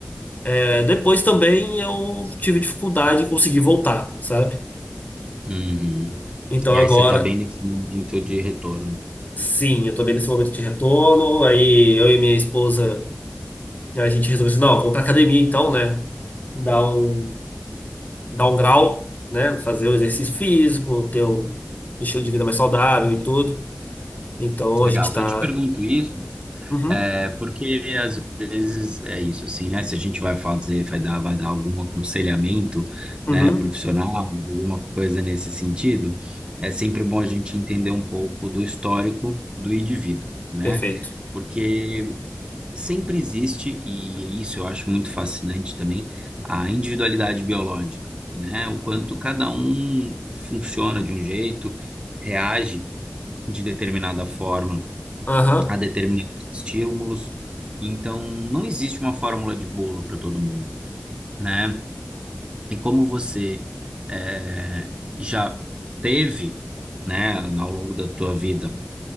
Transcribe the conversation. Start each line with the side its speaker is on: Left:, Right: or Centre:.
Left: É, depois também eu tive dificuldade em conseguir voltar, sabe?
Right: Uhum.
Left: Então
Right: E
Left: agora,
Right: aí, você tá bem nesse momento de retorno.
Left: sim, eu tô bem nesse momento de retorno. Aí eu e minha esposa, a gente resolveu assim, não, vamos pra academia então, né? Dar um, dar um grau, né? Fazer o exercício físico, ter um estilo de vida mais saudável e tudo. Então
Right: Legal.
Left: a gente tá.
Right: Eu te pergunto isso
Left: Uhum,
Right: É porque às vezes é isso, assim, né? Se a gente vai fazer, vai dar, vai dar algum aconselhamento, né,
Left: uhum,
Right: profissional, alguma coisa nesse sentido, é sempre bom a gente entender um pouco do histórico do indivíduo, né?
Left: perfeito.
Right: Porque sempre existe, e isso eu acho muito fascinante também, a individualidade biológica, né? O quanto cada um funciona de um jeito, reage de determinada forma
Left: Aham,
Right: a determinados estímulos. Então, não existe uma fórmula de bolo para todo mundo, né? E como você eh, já teve, né, ao longo da tua vida,